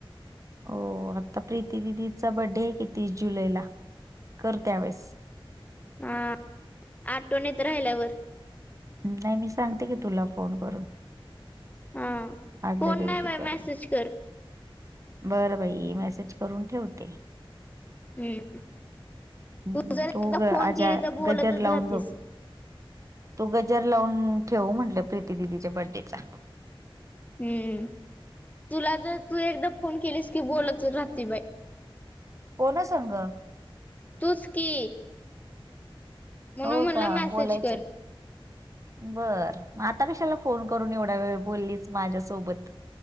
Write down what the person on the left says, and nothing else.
हां आठवनीत राहिल्यावर.
हां,
फोन
नाही बाय
मेसेज कर.
हम्म
जर
एकदा
फोन
केली तर बोलतच
राहतीस
हम्म तुला जर, तू एकदा फोन केलीस की बोलत राहते बाई.
तुचकी. म्हणून
म्हणल
मेसेज
कर.